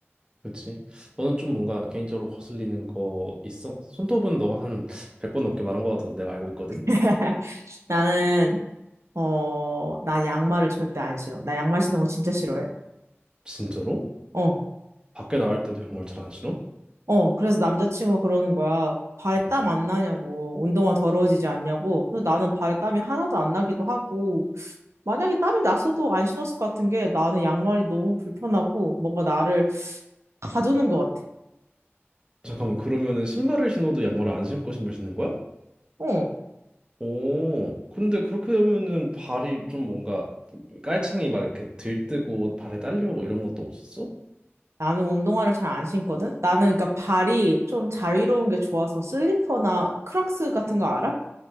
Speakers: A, on the right (about 20°); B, on the right (about 80°).
A: 그렇지. 너는 좀 뭔가 개인적으로 거슬리는 거 있어? 손톱은 너가 한 100번 넘게 말한 거 같아서 내가 알고 있거든.
B: <laughs> 나는 어, 나 양말을 절대 안 신어. 나 양말 신는 거 진짜 싫어해.
A: 진짜로?
B: 어,
A: 밖에 나갈 때도 양말 잘 안 신어?
B: 어. 그래서 남자친구가 그러는 거야. 발에
A: 음.
B: 땀 안 나냐고. 운동화 더러워지지 않냐고. 근데 나는 발에 땀이 하나도 안 나기도 하고. 만약에 땀이 났어도 안 신었을 것 같은 게 나는 양말이 너무 불편하고 뭔가 나를 가두는 것 같아.
A: 잠깐만, 그러면은 신발을 신어도 양말을 안 신고 신발 신는 거야?
B: 어.
A: 오, 근데 그렇게 되면은 발이 좀 뭔가 깔창이 막 이렇게 들뜨고 발에 딸려오고 이런 것도 없었어?
B: 나는 운동화를 잘 안 신거든? 나는 그러니까 발이 좀 자유로운 게 좋아서 슬리퍼나 크락스 같은 거 알아?